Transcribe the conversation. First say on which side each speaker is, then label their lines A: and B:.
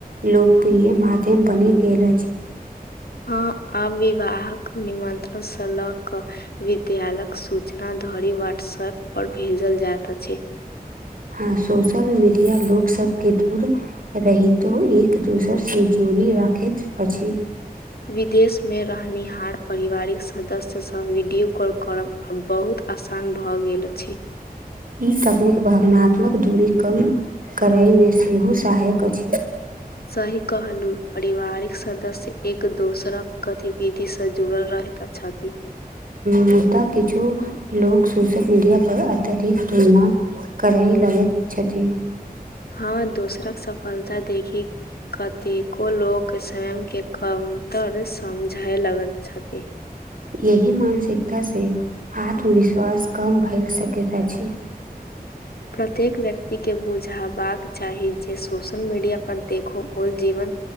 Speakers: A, on the right (about 60°); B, on the left (about 75°).
A: लोकप्रिय माध्यम बनि गेल अछि।
B: हँ आब विवाहक निमन्त्रणसँ ल कऽ विद्यालयक सूचना धरि व्हाट्सऐप पर भेजल जाइत अछि।
A: हँ सोशल मीडिया लोक सब के दूर रहितो एक दूसर से जोड़ी राखैत अछि।
B: विदेश मे रहनिहार। पारिवारिक सदस्य संग वीडियो कॉल करब अब बहुत आसान भए गेल अछि।
A: ई तकनीक भावनात्मक दूरी कम करयमे सेहो सहायक अछि।
B: सही कहलू परिवारिक सदस्य एक दोसराक गतिविधि से जुड़ल रहै। तऽ छथि।
A: मुद्दा किछु लोग सोशल मीडिया पर अतिरिक्त ना करै लगैत छथि।
B: हँ दोसरक सफलता देखी कतेको लोक स्वयंके कमतर समझै लगैत छथि।
A: यही मानसिकता से आत्मविश्वास कम भैल सकैत अछि।
B: <inaudible> प्रत्येक व्यक्त एके बुझबाक चाही जे सोशल मीडिया पर देखो ओ जीवन